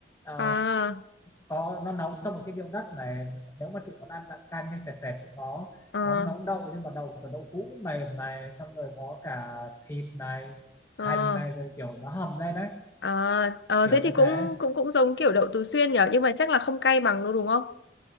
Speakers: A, on the left; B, on the left.
A: Ờ,
B: à
A: có nó nấu trong một cái miếng đất này nếu mà chị muốn ăn dạng canh hay sệt sệt cũng có
B: ờ
A: nó nấu đậu nhưng mà đậu kiểu đậu hũ mềm này xong rồi có cả thịt này
B: ờ
A: hành này rồi kiểu nó hầm lên đấy
B: à, ờ
A: kiểu
B: thế thì
A: như
B: cũng
A: thế
B: cũng cũng giống kiểu đậu Tứ Xuyên nhở nhưng mà chắc là không cay bằng đâu đúng không